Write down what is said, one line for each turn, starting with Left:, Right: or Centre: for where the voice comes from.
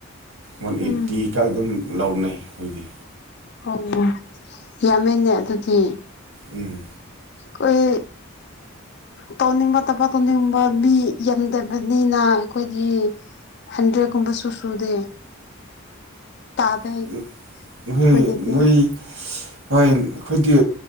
Right: ꯋꯥꯟ
Left: ꯎꯝ
Right: ꯑꯦꯠꯇꯤ ꯒ ꯑꯗꯨꯝ ꯂꯧꯅꯩ ꯑꯩꯈꯣꯏꯗꯤ꯫
Left: ꯑꯣ ꯌꯥꯝꯃꯤꯅꯦ ꯑꯗꯨꯗꯤ꯫
Right: ꯎꯝ꯫
Left: ꯑꯈꯣꯏ꯫ ꯇꯧꯅꯤꯡꯕ ꯊꯕꯛ ꯇꯧꯅꯤꯡꯕ ꯃꯤ ꯌꯥꯝꯗꯕꯅꯤꯅ ꯑꯩꯈꯣꯏꯗꯤ꯫ ꯍꯟꯗꯔꯦꯠ ꯒꯨꯝꯕꯁꯨ ꯁꯨꯗꯦ꯫ ꯇꯥꯗꯦ
Right: <unintelligible>
Left: ꯑꯩꯈꯣꯏꯒꯤꯗꯤ
Right: ꯕꯨꯏ꯫ ꯍꯣꯏ ꯑꯩꯈꯣꯏꯗꯤ